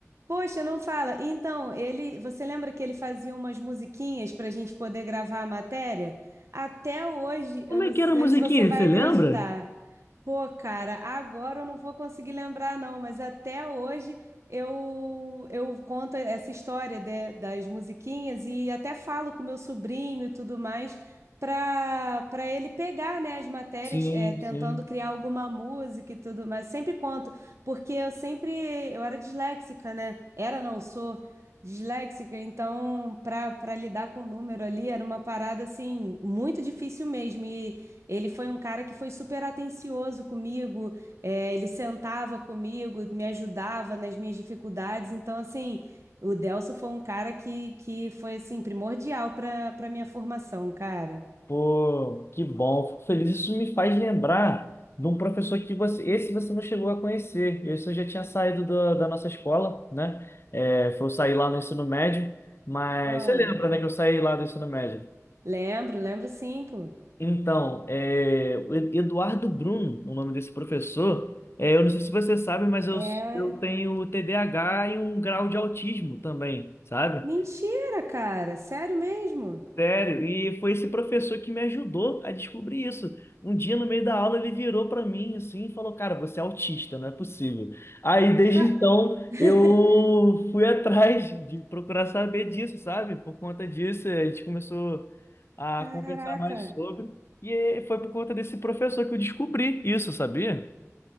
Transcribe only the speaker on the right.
Poxa, não fala. Então, ele, você lembra que ele fazia umas musiquinhas para a gente poder gravar a matéria? Até hoje,
eu
não
sei
se você vai
acreditar.
Pô, cara, agora eu não vou conseguir lembrar, não, mas até hoje eu eu conto essa história de- das musiquinhas e até falo com meu sobrinho e tudo mais para para ele pegar, né, as matérias,
é, tentando
criar alguma música e tudo mais. Sempre conto, porque eu sempre eu era disléxica, né? Era, não sou disléxica, então para para lidar com o número ali era uma parada assim muito difícil mesmo. E ele foi um cara que foi super atencioso comigo, é, ele sentava comigo, me ajudava nas minhas dificuldades. Então, assim, o Delso foi um cara que, que foi, assim, primordial para para minha formação, cara.
Ah,
lembro, lembro sim, pô.
É,
mentira, cara, sério mesmo?
Ah,
<laughs>
caraca.